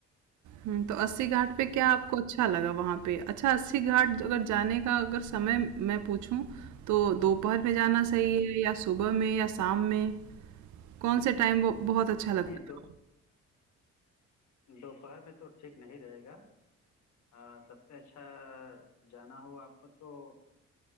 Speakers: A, on the right; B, on the left.
A: हुँ, तो अस्सी घाट पे क्या आपको अच्छा लगा वहाँ पे? अच्छा, अस्सी घाट अगर जाने का अगर समय मैं पूछूँ तो दोपहर में जाना सही
B: हम्म,
A: है या सुबह में या शाम में? कौन से टाइम ब बहुत अच्छा लगता
B: नहीं दो
A: है?
B: दोपहर में तो ठीक नहीं रहेगा आ, सबसे अच्छा जाना हो आपको तो